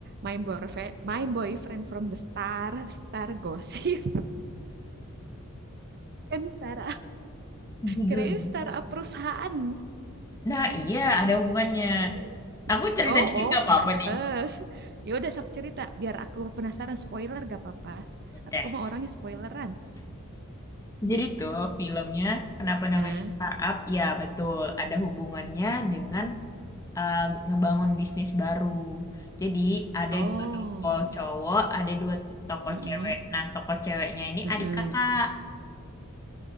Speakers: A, on the right; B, on the left.
A: My Boyfriend My Boyfriend from the Star, Star Gossip. <laughs> Kan Star.
B: judul.
A: Kirain Star perusahaan.
B: Nah, iya ada hubungannya.
A: <laughs>
B: Aku cerita
A: Oh,
B: dikit
A: oh,
B: nggak apa-apa
A: pantes.
B: nih.
A: Ya udah sok cerita biar aku penasaran spoiler gak apa-apa.
B: Oke.
A: Aku mau orangnya spoileran.
B: Jadi tuh filmnya kenapa
A: Heeh.
B: namanya startup? Ya betul, ada hubungannya dengan eh, ngebangun bisnis baru. Jadi ada
A: Oh.
B: dua tokoh cowok, ada dua tokoh
A: Heeh.
B: cewek. Nah, tokoh ceweknya ini
A: Heeh.
B: adik kakak.